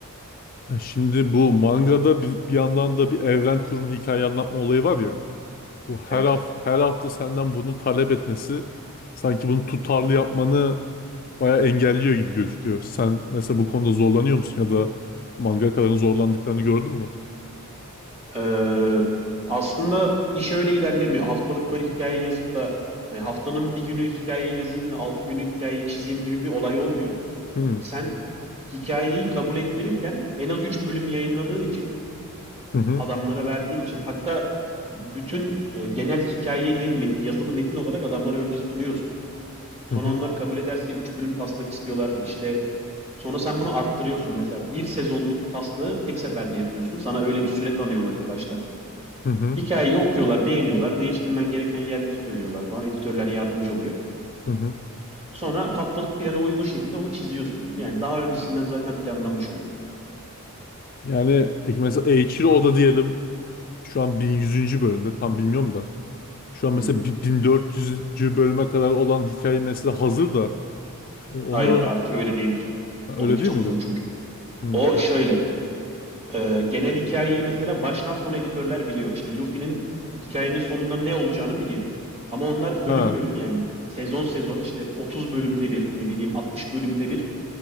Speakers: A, on the left (about 40°); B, on the right (about 30°).
A: E Şimdi bu mangada bir, bir yandan da bir evren kurma, hikaye anlatma olayı var ya. Bu her
B: Evet.
A: hafta her hafta senden bunu talep etmesi sanki bunu tutarlı yapmanı bayağı engelliyor gibi gözüküyor. Sen mesela bu konuda zorlanıyor musun ya da mangakaların zorlandıklarını gördün mü?
B: Ee, aslında iş öyle ilerlemiyor. Haftalık böyle hikaye yazıp da hani haftanın bir günü hikayeyi yazayım da altı günü hikayeyi çizeyim gibi bir olay olmuyor.
A: Hı
B: Sen hikayeyi kabul ettirirken en az 3 bölüm yayınladığın için,
A: hı hı
B: adamlara verdiğin için hatta bütün e, genel hikayeyi değil met- yazılı metin olarak adamlara önce sunuyorsun. Sonra
A: hı. hı.
B: onlar kabul ederse 3 bölüm taslak istiyorlar. işte. sonra sen bunu arttırıyorsun. Mesela bir sezonluk taslağı tek seferde yapıyorsun. Sana öyle bir süre tanıyorlar ilk başta.
A: Hı hı.
B: Hikayeyi okuyorlar, beğeniyorlar, değiştirmen gereken yerleri söylüyorlar falan. Editörler yardımcı oluyor.
A: Hı hı.
B: Sonra haftalık plana uygun şekilde onu çiziyorsun. Yani daha öncesinden zaten planlanmış oluyor.
A: Yani peki mesela Eiichiro Oda diyelim şu an 1100. bölümde tam bilmiyorum da şu an mesela
B: Hı hı.
A: bi- 1400. bölüme kadar olan hikaye mesela hazır da e, onu
B: Hayır, artık öyle değildir.
A: ha,
B: Onunki
A: öyle değil
B: çok
A: midir?
B: uzun çünkü.
A: Hmm,
B: O
A: ya,
B: şöyle, e, genel hikayeyi mesela baştan sona editörler biliyor. İşte Luffy'nin hikayenin sonunda ne olacağını biliyor. Ama onlar bölüm
A: ha,
B: bölüm yani sezon sezon işte 30 bölümde bir ne bileyim 60 bölümde bir